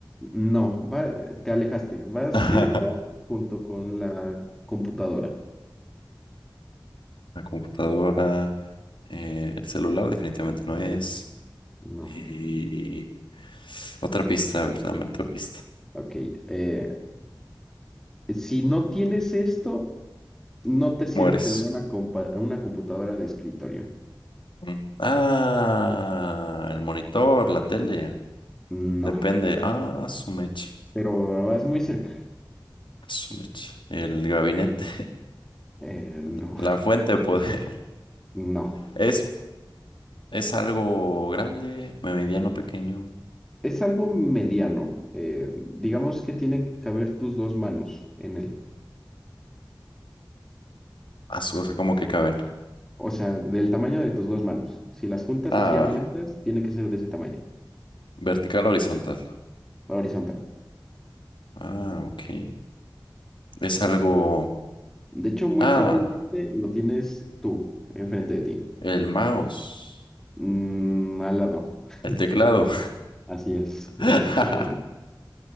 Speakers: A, in the centre; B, on the left.
A: no, va, te alejaste. Vas
B: <laughs> una
A: cerca junto con la computadora.
B: computadora, eh, el celular definitivamente no es.
A: No.
B: Y otra pista, a ver, dame otra pista.
A: Ok. eh, si no tienes esto, no te sirve
B: Mueres.
A: tener una, compa- una computadora de escritorio.
B: Mm. Ah, el monitor, la tele.
A: No.
B: Depende. Ah, su mecha.
A: Pero vas muy cerca.
B: Su mecha. El gabinete.
A: Eh,
B: <laughs>
A: no.
B: La fuente de poder. <laughs>
A: No.
B: Es, es algo grande, mediano, pequeño.
A: Es algo mediano. eh, digamos que tienen que caber tus dos manos en él.
B: Ah, su- o sea, como que caben.
A: O sea, del tamaño de tus dos manos. Si las juntas
B: Ah,
A: así abiertas, tiene que ser de ese tamaño,
B: vertical, horizontal.
A: horizontal.
B: Ah, ok. Es algo.
A: De hecho, muy
B: Ah,
A: probablemente lo tienes tú, enfrente de ti.
B: el mouse.
A: Mm, al lado. <laughs>
B: El teclado.
A: Así es,
B: <laughs>
A: efectivamente.